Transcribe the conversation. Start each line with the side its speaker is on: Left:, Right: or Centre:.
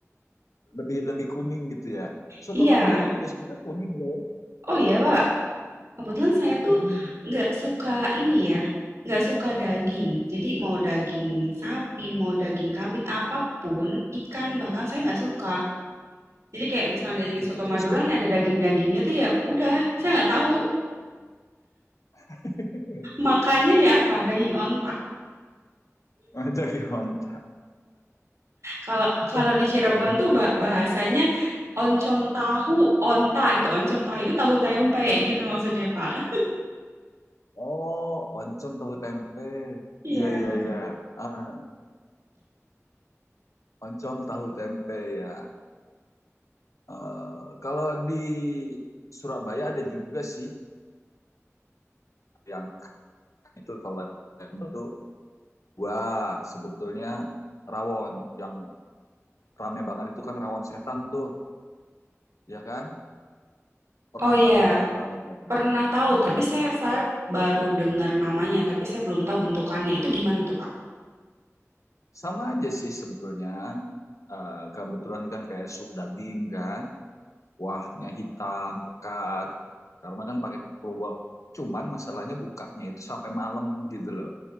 Left: lebih lebih kuning gitu ya. Soto
Right: Iya.
Left: Madura juga sebenarnya kuning loh.
Right: Oh iya Pak, kebetulan saya tuh
Left: mm
Right: nggak suka ini ya, nggak suka daging. Jadi mau daging sapi, mau daging kambing, apapun, ikan bahkan saya nggak suka. Jadi kayak misalnya ada daging
Left: Tuh,
Right: soto
Left: Terus
Right: Madura
Left: makan
Right: nih ada
Left: apa?
Right: daging-dagingnya tuh ya udah, saya nggak tahu
Left: <laughs>
Right: makannya ya apa, daging onta.
Left: <laughs> Jaki Honta.
Right: Kalau kalau
Left: Oh,
Right: di Cirebon
Left: tadi.
Right: tuh ba- bahasanya oncom tahu onta gitu, oncom tahu itu tahu tempe gitu maksudnya Pak.
Left: Oh, oncom tahu tempe.
Right: Iya.
Left: Iya, iya, iya. Ah, oncom tahu tempe ya. Eh, kalau di Surabaya ada juga sih yang itu kalau itu wah sebetulnya rawon yang rame banget itu kan rawon setan tuh, ya kan? Pernah
Right: Oh iya.
Left: tahu ya rawon setan.
Right: Pernah tahu,
Left: Ah, ah.
Right: tapi saya saya baru dengar namanya, tapi saya belum tahu bentukannya. Itu gimana tuh, Pak?
Left: sama aja sih sebetulnya. Eh, kebetulan kan kayak sup daging kan. kuahnya hitam, pekat, karena kan pakai keluak. Cuman masalahnya bukanya itu sampai malam gitu loh.